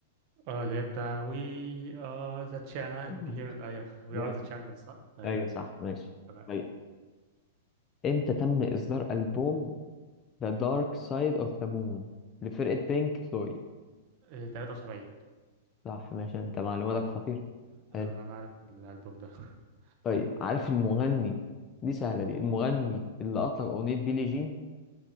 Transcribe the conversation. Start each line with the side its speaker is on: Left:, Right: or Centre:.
Right: اه اللي هي بتاع we are the champion
Left: <laughs>
Right: ايوه we
Left: يعني
Right: are the champions صح؟ ايوه
Left: ايوه صح ماشي
Right: تمام
Left: طيب امتى تم اصدار البوم The Dark Side of the Moon لفرقة بينك فلويد
Right: آه 73
Left: صح ماشي انت معلوماتك خطير حلو
Right: آه، لا انا عارف الالبوم ده <laughs>
Left: طيب عارف المغني دي سهلة دي المغني اللي أطلق أغنية بيلي جين